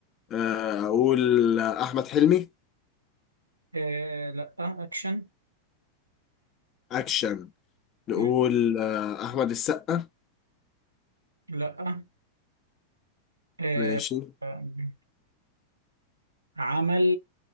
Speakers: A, on the left; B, on the right.
A: آه، اقول احمد حلمي
B: آه لا اكشن
A: اكشن نقول
B: مم.
A: آه، احمد السقا
B: لا آه
A: ماشي
B: آم، عمل